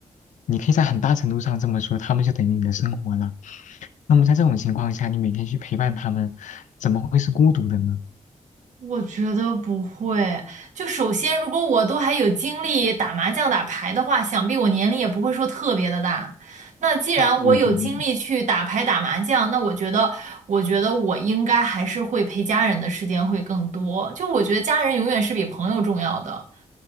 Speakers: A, on the left (about 85°); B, on the right (about 80°).
A: 你可以在很大程度上这么说，他们就等于你的生活了。那么在这种情况下，你每天去陪伴他们，怎么会是孤独的呢？
B: 我觉得不会。就首先，
A: 嗯
B: 如果我都还有精力打麻将、打牌的话，想必我年龄也不会说特别的大。那既然我有精力去打牌、
A: 那不一定。
B: 打麻将，那我觉得，我觉得我应该还是会陪家人的时间会更多。就我觉得家人永远是比朋友重要的。